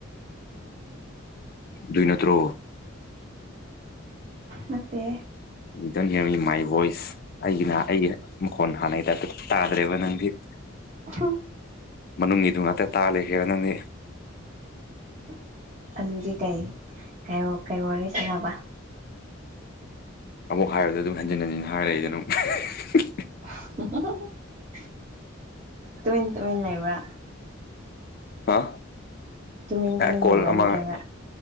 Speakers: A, on the left; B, on the right.
A: ꯑꯗꯨꯏ ꯅꯠꯇ꯭ꯔꯣ
B: ꯅꯠꯇꯦ
A: ꯗ ꯍꯤꯔꯡ ꯃꯥꯏ ꯚꯣꯏꯁ ꯑꯩꯒꯤꯅꯍ ꯑꯩꯒꯤ ꯃꯈꯣꯟ ꯍꯥꯟꯅꯩꯗ ꯇꯥꯗ꯭ꯔꯦꯕ ꯅꯪꯗꯤ
B: ꯍ
A: ꯃꯅꯨꯡꯒꯤꯗꯨ ꯉꯥꯛꯇ ꯇꯥ ꯂꯩꯦꯈꯦ ꯅꯪꯗꯤ
B: <unintelligible> ꯑꯗꯨꯗꯤ ꯀꯩꯩ ꯋꯥꯔꯤ ꯁꯥꯟꯅꯕ
A: ꯑꯃꯕꯛ ꯍꯥꯏꯕꯗ ꯑꯗꯨꯝ ꯍꯟꯖꯤꯟ ꯍꯟꯖꯤꯟ ꯍꯥꯏꯔ ꯂꯩꯏꯗꯅ ꯑꯃꯨꯛ
B: <unintelligible> ꯇꯨꯃꯤꯟ ꯇꯨꯃꯤꯟ ꯂꯩꯕ꯭ꯔ
A: ꯑ
B: ꯇꯨꯃꯤꯟ ꯇꯨꯃꯤꯟ
A: ꯑꯦ ꯀꯣꯜ
B: ꯂꯩꯕ꯭ꯔꯥ
A: ꯑꯃ
B: ꯅꯠꯇ꯭ꯔꯒ
A: ꯑꯃ